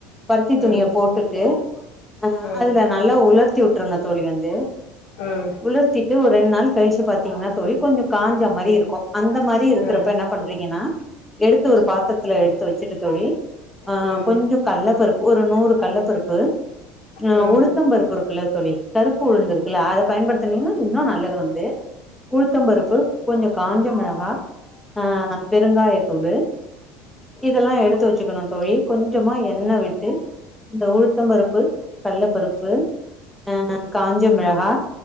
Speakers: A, in the centre; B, on the left.
A: பருத்தி துணிய
B: ம் ம்
A: போட்டுட்டு ஆ
B: ம்
A: அதுல நல்லா உலர்த்திவுட்ருங்க தோழி வந்து
B: ம்
A: உலர்த்திட்டு ஒரு ரெண் நாள் கழிச்சு பாத்தீங்ன்னா தோழி கொஞ்ச காஞ்சா மாரி இருக்கு அந்த மாரி இருக்கிறப்ப
B: ம் ம் ஆ
A: என்ன பண்றீங்கன்னா எடுத்து ஒரு பாத்திரத்துல எடுத்து வச்சுட்டு தோழி அ
B: ம்
A: கொஞ்ச கல்லப்பருப்பு ஒரு நூறு கல்லப்பருப்பு ஆ
B: ம்
A: உளுத்தம்பருப்பு இருக்குல்ல தோழி கருப்பு உளுந்துருக் அத பயன்படுத்தினிங்கன இன்னு நல்லது வந்து உலுத்தம்பருப்பு கொஞ்ச காஞ்ச மெளகா ஆ பெருங்காயத்தூளு இதெல்லா எடுத்து வச்சுக்கணு தோழி கொஞ்சமா எண்ண விட்டு இந்த உலுத்தம் பருப்பு கல்ல பருப்பு அ காஞ்ச மெளகா,